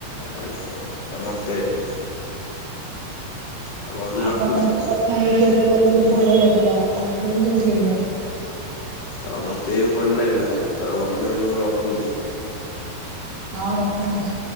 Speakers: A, on the left; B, on the right.
A: ଆଜ୍ଞା ମତେ ବି। ଆଉ ବନ୍ଧୁ
B: ଆପଣଙ୍କ
A: ରଖୁଛି
B: ସହିତ
A: ମୁଁ
B: କଥା ହେଇକି ଆଜି ମତେ ବହୁତ ଭଲ ଲାଗିଲା। ଆଉ ଆପଣଙ୍କୁ କେମିତି ଲାଗିଲା?
A: ତ ମତେ ବି ଭଲ ଲାଗିଲା ତ ବନ୍ଧୁ ଏବେ ମୁଁ ରଖୁଛି।
B: ହଁ ରଖନ୍ତୁ।